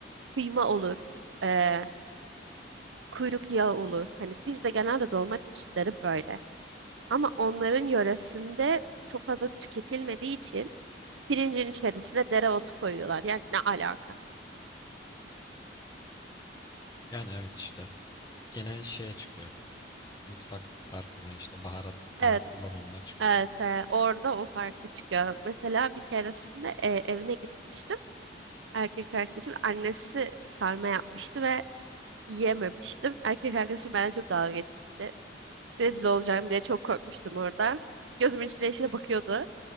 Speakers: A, on the right; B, on the left.
A: kıyma olur, eee, kuyruk yağı olur. Hani bizde genelde dolma çeşitleri böyle. Ama onların yöresinde çok fazla tüketilmediği için pirincin içerisine dereotu koyuyorlar. Yani ne alaka?
B: yani evet işte gene şeye çıkıyor. Mutfak farkına işte baharat
A: Evet,
B: falan kullanımına çıkıyor.
A: evet, eee, orada o farkı çıkıyor. Mesela bir keresinde eee, evine gitmiştim. Erkek arkadaşımın annesi sarma yapmıştı ve yiyememiştim. Erkek arkadaşım benden çok dalga geçmişti. Rezil olacağım diye çok korkmuştum orada. Gözümün içine içine bakıyordu.